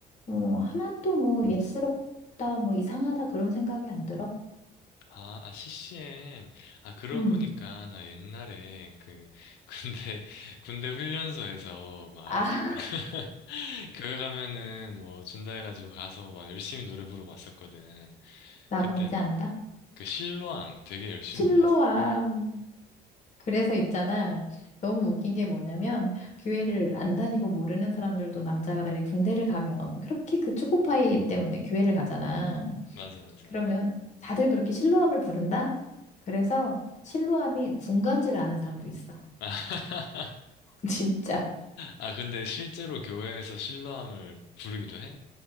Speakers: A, on the left; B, on the left.
A: 어 하나도 뭐 옛스럽다 뭐 이상하다 그런 생각이 안 들어
B: 아, 아, CCM. 아, 그러고
A: 음
B: 보니까 나 옛날에 그 군대 <laughs> 군대 훈련소에서 막
A: 아 <laughs>
B: 그 <laughs> 교회 가면은 뭐 준다 해가지고 가서 막 열심히 노래 부르고 왔었거든.
A: 나
B: 그때
A: 뭔지
B: 막
A: 안다
B: 그 실로암 되게 열심히
A: 실로암.
B: 불렀어.
A: 그래서 있잖아. 너무 웃긴 게 뭐냐면 교회를 안 다니고 모르는 사람들도 남자가 다 군대를 가면 그렇게 그 초코파이 때문에 교회를 가잖아.
B: 맞아, 맞아.
A: 그러면 다들 그렇게 실로암을 부른다? 그래서 실로암이 군간지를 아는 사람도 있어.
B: <laughs>
A: <laughs> 진짜.
B: 아, 근데 실제로 교회에서 신랑을 부르기도 해?